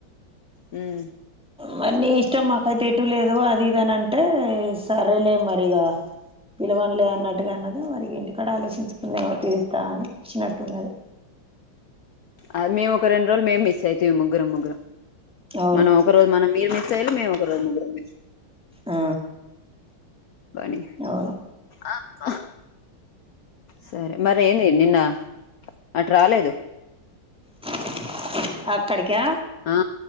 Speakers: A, on the left; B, in the centre.
A: మ్మ్
B: మార్ నీ ఇష్టం మాకైతే ఎట్ చ లేదు అది ఇదని అంటే సరేలే మరిగ పిలవన్ లే అన్నట్టుగా అన్నది మరి ఇంటికాడ ఆలోచించుకుందమో పిరుతా అని వచ్చినట్టున్నది
A: అ మేము ఒక రెంరోలు మే మిస్ అయి మే ముగ్రం ముగ్రం
B: అవును
A: మనం ఒక రోజు మనం మీర్ మీర్ సైలు మేమ్ ఒక రోజు ముగ్గురం
B: ఆ
A: బని
B: అవును
A: ఆ ఆ హా సరే మర్ ఏన్ ది నిన్న అటు రాలేదు
B: అ అక్కడికా
A: ఆ